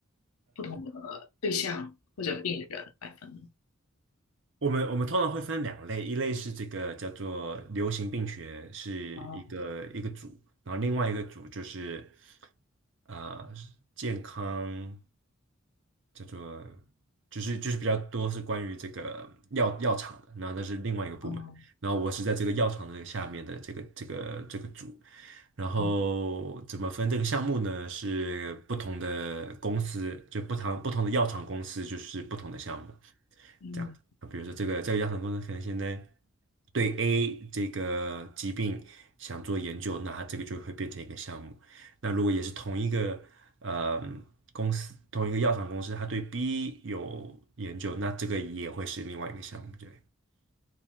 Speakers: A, on the left (about 80°); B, on the right (about 55°).
A: 不同的对象或者病人来分的。
B: 我们我们通常会分两类，一类是这个叫做流行病学，是一个一个组，
A: 哦
B: 然后另外一个组就是呃健康，叫做就是就是比较多是关于这个药药厂的，然后那是另外一个部门，
A: 哦
B: 然后我是在这个药厂的下面的这个这个这个组，然后怎么分这个项目呢？
A: 哦，
B: 是不同的公司，就不同不同的药厂公司就是不同的项目。
A: 嗯，
B: 这样啊，比如说这个这个药厂公司可能现在对 A 这个疾病想做研究，那它这个就会变成一个项目。那如果也是同一个呃公司，同一个药厂公司，它对 B 有研究，那这个也会是另外一个项目。对，